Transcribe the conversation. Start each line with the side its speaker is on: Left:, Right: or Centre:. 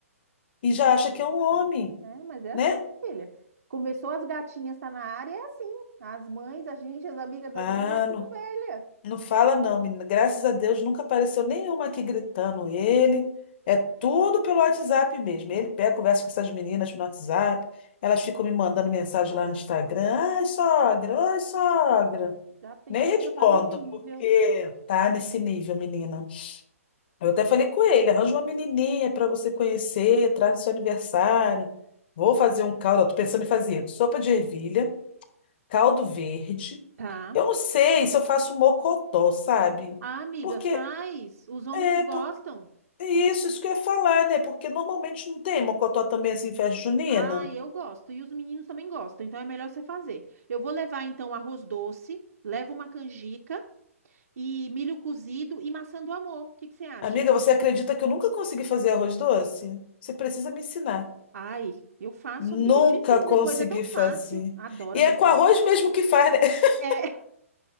Left: e
Right: Já
Left: já acha
Right: pensou.
Left: que é um homem,
Right: É, mas é
Left: né?
Right: assim, filha. Começou as gatinhas tá na área, é assim. As mães, a gente, as amigas das
Left: Ah,
Right: mães, já é tudo
Left: não
Right: velha.
Left: Não fala não, menina. Graças a Deus nunca apareceu nenhuma aqui gritando ele. É tudo pelo WhatsApp mesmo. Ele pega, conversa com essas meninas no WhatsApp. Elas ficam me mandando mensagem lá no Instagram. Ai, sogra, oi, sogra.
Right: Já pensou,
Left: Nem respondo,
Right: já tá nesse nível.
Left: porque tá nesse nível, menina. Eu até
Right: É.
Left: falei com ele, arranja uma menininha para você conhecer, traz no seu aniversário. Vou fazer um caldo, ó, tô pensando em fazer sopa de ervilha caldo verde.
Right: Tá.
Left: Eu não sei se eu faço mocotó, sabe?
Right: Ah, amiga,
Left: Porque
Right: faz. Os homens
Left: é,
Right: gostam.
Left: por, é isso, isso que eu ia falar, né? Porque normalmente não tem mocotó também assim em festa junina.
Right: Ah, eu gosto. E os meninos também gostam. Então é melhor você fazer. Eu vou levar, então, arroz doce, levo uma canjica. e milho cozido e maçã do amor. O que que você acha?
Left: Amiga, você acredita que eu nunca consegui fazer arroz doce? Você precisa me ensinar.
Right: Ai, eu faço,
Left: Nunca
Right: amiga. Eu te ensino
Left: consegui
Right: depois, é tão fácil.
Left: fazer.
Right: Adoro
Left: E
Right: arroz
Left: é com
Right: doce.
Left: arroz mesmo que faz, né? <laughs>
Right: É,